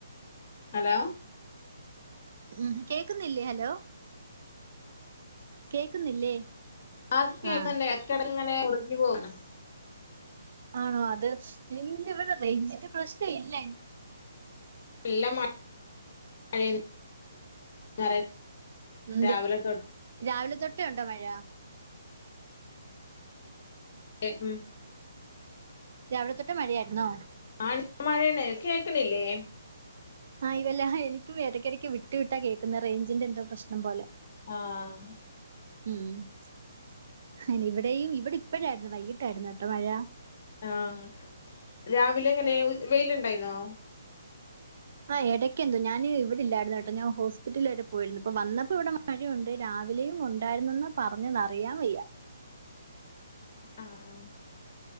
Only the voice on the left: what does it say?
ഹലോ.
ആഹ് <unintelligible> കേക്ക്ണ്ട്
ഇടക്ക് ഇടക്ക് ഇങ്ങനെ മുറിഞ്ഞു പോവണ്.
<unintelligible>
<unintelligible>
ആഹ് <unintelligible> മഴയാണ് കേക്കണില്ലേ.
ആഹ്.
ആഹ് രാവിലെ എങ്ങനെ വെയിലുണ്ടായിന്നോ?
ആഹ് ആഹ്